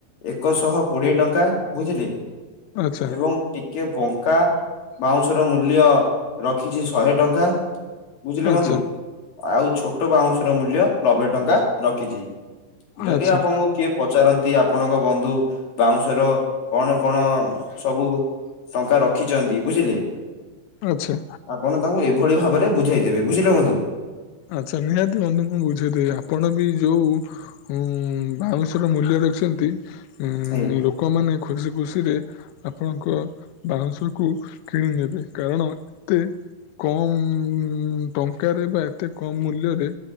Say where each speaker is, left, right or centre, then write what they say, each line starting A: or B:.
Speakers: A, on the left; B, on the left.
A: ଏକ ଶହ କୋଡିଏ ଟଙ୍କା ବୁଝିଲେ
B: ଆଚ୍ଛା
A: ଏବଂ ଟି ଟିକେ ବଙ୍କା ବାଉଁଶର ମୂଲ୍ୟ ରଖିଛି ଶହେ ଟଙ୍କା ବୁଝିଲେ
B: ଆଚ୍ଛା
A: ବନ୍ଧୁ ଆଉ ଛୋଟ ବାଉଁଶ ର ମୂଲ୍ୟ ନବେ ଟଙ୍କା ରଖିଚି। ଯଦି
B: ଆଚ୍ଛା
A: ଆପଣଙ୍କୁ କିଏ ପଚାରନ୍ତି ଆପ ଆପଣଙ୍କ ବନ୍ଧୁ ବାଉଁଶର କଣ କଣ ସବୁ ଟଙ୍କା ରଖିଛନ୍ତି ବୁଝିଲେ।
B: ଆଛା।
A: ଆପଣ ତାଙ୍କୁ ଏଇଭଳି ଭାବରେ ବୁଝେଇଦେବେ ବୁଝିଲେ ବନ୍ଧୁ।
B: ଆଚ୍ଛା ନିହାତି ବନ୍ଧୁ ମୁଁ ବୁଝେଇଦେବି ଆପଣ ବି ଯୋଉ ଉଁ ବାଉଁଶ ର ମୂଲ୍ୟ ରଖିଛନ୍ତି ଉଁ
A: ଆଜ୍ଞା
B: ଲୋକମାନୋନ ଖୁସି ଖୁସିରେ ଆପଣଙ୍କ ବାଉଁଶ କୁ କିଣି ନେବେ କାରଣ ଏତେ କମ ଟଙ୍କାରେ ବା ଏତେ କମ ମୂଲ୍ୟରେ